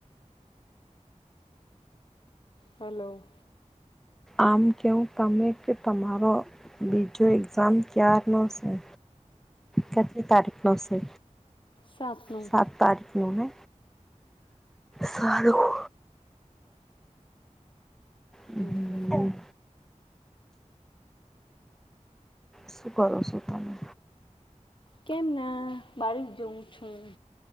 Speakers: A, on the left (about 40°); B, in the centre.
A: હલો.
B: આમ કહ તમે કે તમારો બીજો એક્ઝામ ક્યાર ન શું. કેટલી તારીખ ન છે
A: સાતનું
B: સાત. પરફ્યુને સારું. હમ્મ.
A: હમ
B: શું કરો છો તમે?
A: કેમને બાળક જોઉં છું.